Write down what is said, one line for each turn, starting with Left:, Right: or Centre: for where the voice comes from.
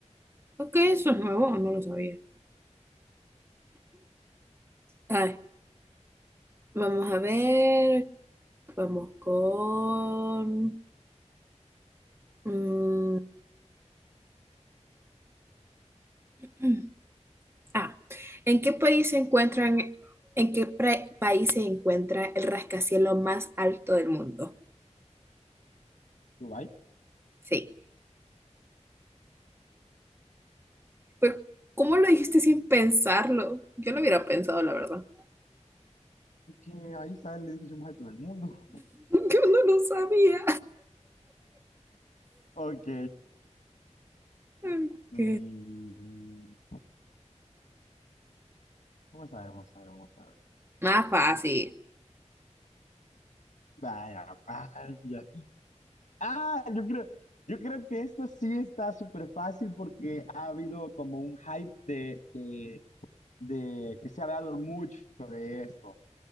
Right: ok, eso es nuevo, no lo sabía. Ay, Vamos a ver. Vamos con... mm, <clears throat> ah, ¿en qué país se encuentran, en qué pra- país se encuentra el rascacielos más alto del mundo?
Left: Dubái,
Right: Sí. Pero, ¿cómo lo dijiste sin pensarlo? Yo lo hubiera pensado, la verdad.
Left: que ahí está el edificio más alto del mundo. <laughs>
Right: <laughs> Yo no lo sabía.
Left: Ok.
Right: Ok.
Left: Mm, vamos a ver, vamos a ver, vamos a ver.
Right: Más fácil.
Left: Vaya, vaya. Ah, yo creo, yo creo que esto sí está súper fácil porque ha habido como un hype de, de, de que se ha hablado mucho de esto.